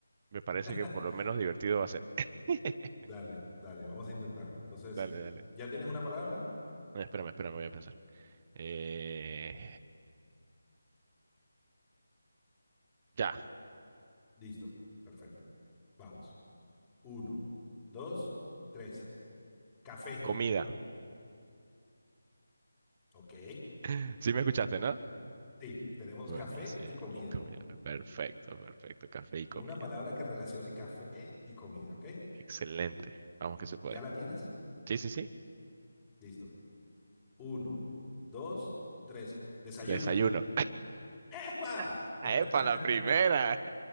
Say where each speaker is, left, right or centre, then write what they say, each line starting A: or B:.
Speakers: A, on the right (about 30°); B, on the left (about 20°).
A: me parece
B: <laughs>
A: que por lo menos divertido va a ser. <laughs>
B: Dale, dale, vamos a intentarlo. Entonces,
A: Dale, dale.
B: ¿ya tienes una palabra?
A: Eh, Espérame, espérame, voy a pensar. Eh... Ya,
B: Listo, perfecto. Vamos. Uno, dos, tres. Café.
A: comida.
B: Ok.
A: <laughs> Sí me escuchaste, ¿no?
B: Sí, tenemos
A: Buenísimo.
B: café y comida.
A: Y comida. Perfecto, perfecto. Café y comida.
B: Una palabra que relacione café y comida, ¿ok?
A: Excelente. Vamos que se puede.
B: ¿Ya la tienes?
A: Sí, sí, sí.
B: Listo. Uno, dos, tres. Desayuno.
A: Desayuno.
B: ¡Epa!
A: <laughs>
B: <laughs>
A: ¡Epa, la primera!